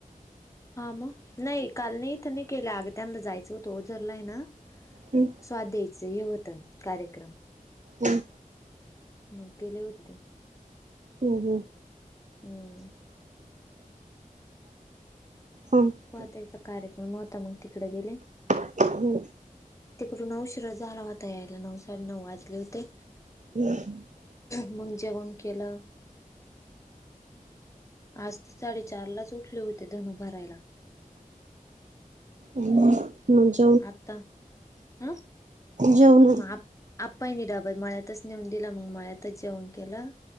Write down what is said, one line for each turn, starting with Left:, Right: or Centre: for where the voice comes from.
Left: हा मग नाही काल नाही इथनी केलं अगत्यांना जायचं होतं ओ झरला हाय नं..
Right: हम्म
Left: स्वाध्यायाचं हे होत ना कार्यक्रम.
Right: हम्म
Left: मग गेले होते.
Right: हम् हम.
Left: हम्म.
Right: हम्म
Left: स्वाध्याय चा कार्यक्रम होता मग तिकडे गेले.
Right: हो.
Left: तिकडून उशीरच झाला होता यायला नऊ साडे नऊ वाजले होते.
Right: ह.
Left: मग जेवण केलं.. आज तर साडेचार लाच उठले होते धनं भरायला.
Right: रिकामा ऑडिओ म्हज..
Left: आता अ
Right: जेवण
Left: म आप आपपायनी डाबत माळ्यातच नेऊन दिला मग माळ्यातच जेवण केलं..